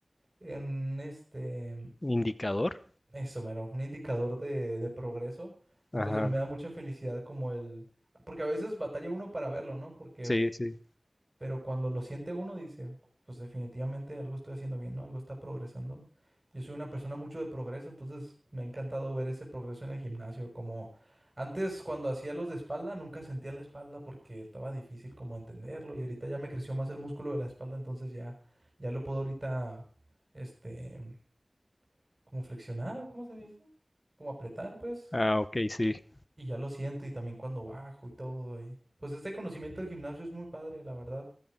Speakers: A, on the right; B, on the left.
A: en este,
B: Indicador.
A: eso, mero, un indicador de, de progreso. Entonces
B: Ajá.
A: a mí me da mucha felicidad como el, porque a veces batalla uno para verlo, ¿no? Porque
B: Sí, sí.
A: pero cuando lo siente uno, dice, pues definitivamente algo estoy haciendo bien, ¿no? Algo está progresando. Yo soy una persona mucho de progreso, entonces me ha encantado ver ese progreso en el gimnasio. Como antes cuando hacía los de espalda, nunca sentía la espalda porque estaba difícil como entenderlo. Y ahorita ya me creció más el músculo de la espalda, entonces ya, ya lo puedo ahorita, este, como flexionar o cómo se dice, como apretar, pues.
B: Ah, ok, sí.
A: Y ya lo siento y también cuando bajo y todo. Y pues este conocimiento del gimnasio es muy padre, la verdad,